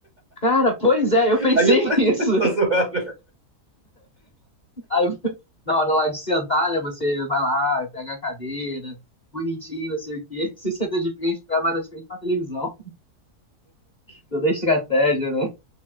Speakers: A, on the left (about 35°); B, on the right (about 40°).
A: Cara, pois é,
B: <laughs>
A: eu pensei
B: Aí eu falei,
A: <laughs> nisso.
B: <laughs> tô zoando.
A: Aí, na hora lá de sentar, né, você vai lá, pega a cadeira, bonitinho, não sei o quê, <laughs> você senta de frente pra mais de frente pra televisão. <laughs> Toda a estratégia, né?